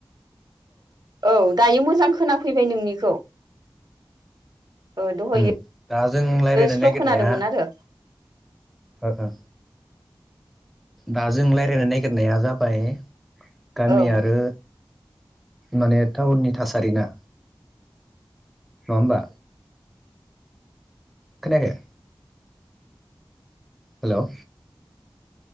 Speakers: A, on the right; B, in the centre.
A: औ दायो मोजां खोनाफैबाय नोंनिखौ ओ दहायो
B: उम दा जों रायज्लायनो
A: स्ल'
B: नागिरनाया
A: खोनादोंमोन आरो
B: ओ ओ दा जों रायज्लायनो नागिरनाया जाबाय गामि
A: औ
B: आरो। माने टाउननि थासारि ना नङा होनबा खोनायाखै? हेलौ